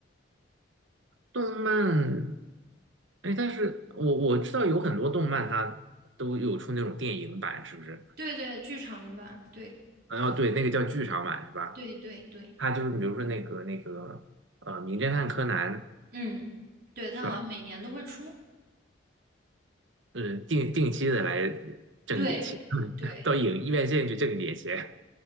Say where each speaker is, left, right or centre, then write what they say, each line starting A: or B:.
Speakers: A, on the right; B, on the right.
A: 动漫，哎，但是我我知道有很多动漫它都有出那种电影版，是不是？
B: 对对，剧场版，对
A: 哦，对，那个叫剧场版是吧？
B: 对对对，
A: 它就是比如说那个那个呃，《名侦探柯南》
B: 嗯，对，他好像每年都会出，
A: 是吧？嗯，定定期的来挣一点钱。
B: 对对，
A: 都有院线去挣点钱。